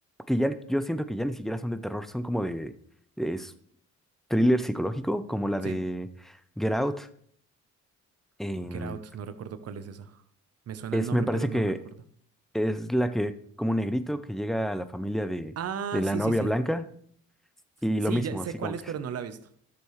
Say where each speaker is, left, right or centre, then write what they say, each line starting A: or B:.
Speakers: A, in the centre; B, on the right (about 55°).
A: que ya yo siento que ya ni siquiera son de terror, son como de, de es thriller psicológico, como la
B: Sí,
A: de Get Out. Em,
B: Get Out, no recuerdo cuál es esa. Me suena
A: es,
B: el nombre,
A: me parece
B: pero no
A: que
B: recuerdo.
A: es la que, como un negrito que llega a la familia de,
B: Ah,
A: de la
B: sí,
A: novia
B: sí, sí.
A: blanca y
B: Sí,
A: lo mismo,
B: ya sé
A: así
B: cuál
A: como
B: es,
A: que,
B: pero no la he visto.